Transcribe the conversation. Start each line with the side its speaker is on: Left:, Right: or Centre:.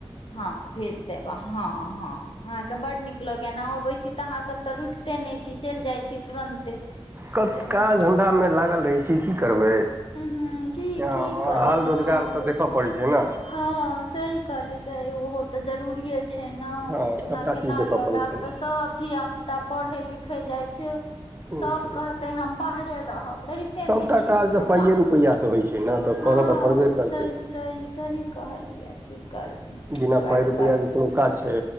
Left: हँ भेज देब हँ हँ अहाँके बड नीक लगय ने अबै छी तऽ अहाँ सब तऽ रुकिते नहि छी चलि जाइ छी तुरन्ते
Right: क
Left: हूं
Right: काज धन्धामे लागल रहै छी की करबै
Left: ह की
Right: हाल
Left: की करबै हँ
Right: रोजगार तऽ देखय पड़ै छै ने
Left: हँ स कहलसँ ओहो तऽ जरूरी ह छै ने
Right: हँ
Left: ओ अपना
Right: सभटा
Left: केना
Right: चीज देखय
Left: चलब
Right: पड़ै छै
Left: तऽ सब धियापुता पढ़ै लिखै जाइत छै
Right: ने
Left: सभ कहतै हम बाहरे रहब रहिते
Right: सभटा
Left: नहि छै
Right: काज
Left: गाम
Right: तऽ पाइए रुपैआसँ होइ छै ने तऽ
Left: हँ
Right: करऽ तऽ पड़बे करतै
Left: सही सही सही कहलियै की करबै
Right: बिना
Left: बड
Right: पाइ रुपैआकेँ
Left: बड
Right: कोनो काज छै